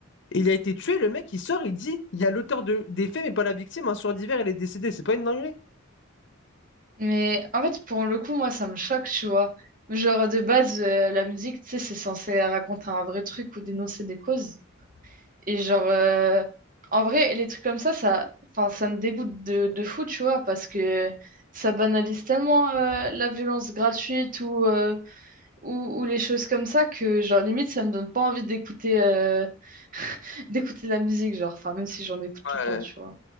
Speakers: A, on the left; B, on the right.
A: Il a été tué, le mec il sort, il dit, il y a l'auteur de- des faits, mais pas la victime, un soir d'hiver, elle est décédée. C'est pas une dinguerie?
B: Mais en fait, pour le coup, moi, ça me choque, tu vois. Genre, de base, euh, la musique, tu sais, c'est censé raconter un vrai truc ou dénoncer des causes. Et genre, euh, en vrai, les trucs comme ça, ça, enfin, ça me dégoûte de, de fou, tu vois, parce que ça banalise tellement euh, la violence gratuite ou, euh, ou, ou les choses comme ça que, genre, limite, ça me donne pas envie d'écouter euh, <laughs> d'écouter de la musique, genre, enfin, même si j'en écoute tout le
A: Ouais.
B: temps, tu vois.